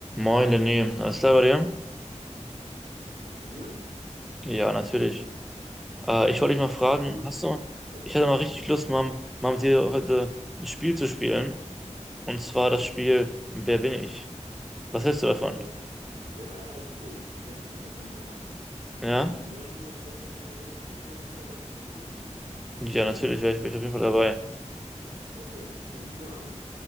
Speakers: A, in the centre; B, on the right.
A: Moin, Lenny. Alles klar bei dir?
B: Bei dir?
A: Ja, natürlich. Äh, ich wollte dich mal fragen,
B: Du?
A: hast du,
B: Achso,
A: ich hatte
B: ja.
A: mal richtig Lust, mal, mal mit dir heute ein Spiel zu spielen. Und zwar das Spiel Wer bin ich? Was hältst du davon?
B: Boah. Ja, ja, ist cool. Lass uns das auf jeden Fall machen.
A: Ja?
B: Ähm, wollen wir, wollen wir eine Runde Fußballspieler, wer bin ich spielen?
A: Ja, natürlich, wäre ich, wär ich auf jeden Fall dabei.
B: Okay. Fängst du an?